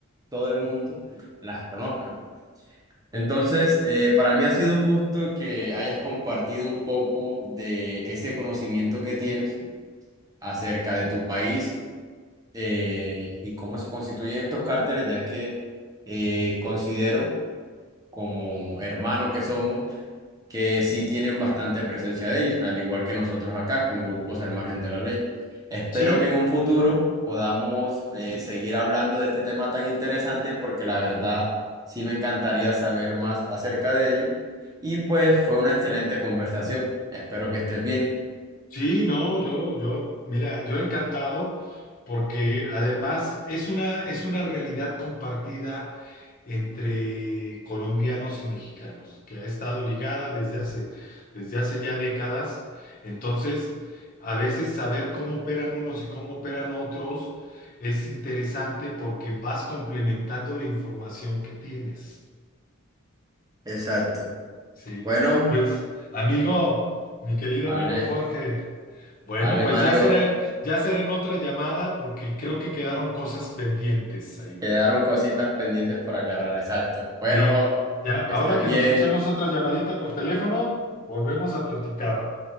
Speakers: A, on the right; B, on the left.
A: todo el mundo las conozca. Entonces,
B: ¿sí?
A: eh, para mí ha sido un gusto que hayas compartido un poco de ese conocimiento que tienes acerca de tu país eh, y cómo se constituyen estos cárteles, ya que eh, considero como hermano que somos que sí tienen bastante presencia de ellos, al igual que nosotros acá, con grupos al margen de la ley. Espero
B: Sí,
A: que en un futuro podamos eh, seguir hablando de este tema tan interesante, porque la verdad sí me encantaría saber más acerca de ello. Y pues fue una excelente conversación. Espero que estés bien.
B: sí, no, yo, yo, mira, yo encantado porque además es una, es una realidad compartida entre colombianos y mexicanos, que ha estado ligada desde hace, desde hace ya décadas. Entonces, a veces saber cómo operan unos y cómo operan otros es interesante porque vas complementando la información que tienes.
A: Exacto.
B: Sí,
A: Bueno,
B: pues, amigo, mi querido
A: Vale,
B: amigo Jorge. Bueno,
A: vale,
B: pues
A: Mario.
B: ya será, ya será en otra llamada porque creo que quedaron cosas pendientes ahí.
A: Quedaron cositas pendientes por aclarar, exacto. Bueno,
B: Sí,
A: jo-
B: ya, ahora
A: que estés
B: que
A: bien.
B: nos echemos otra llamadita por teléfono, volvemos a platicar.